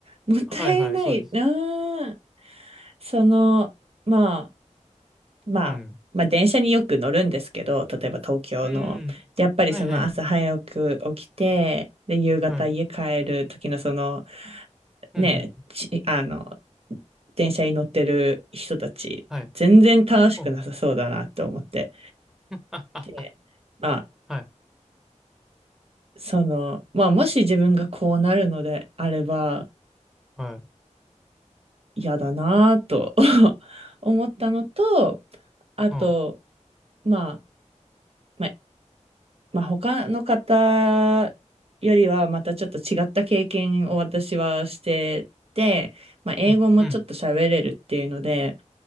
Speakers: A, on the right; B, in the centre.
A: もったいない、
B: はいはい、そうです。
A: うーその、まあ、まあ、
B: うん。
A: まあ電車によく乗るんですけど、例えば東京の。
B: うん。
A: で、やっぱりその朝早く起きて、
B: はいはい。
A: で、夕方家帰る時のその、
B: はい。うんうん。
A: ね、ち、あの、電車に乗ってる人たち、
B: はい。
A: 全然楽しくなさそうだなと思って。
B: ほん。<laughs> あ、あ、
A: で、まあ、
B: あ、はい。
A: その、まあ、もし自分がこうなるのであれば、
B: はい。
A: 嫌だなと <laughs> 思ったのと、あと、
B: あ、
A: まあ、まあまあ、他の方よりはまたちょっと違った経験を私はしてて、まあ、英語もちょっと喋れるっていうので、
B: うん。うん。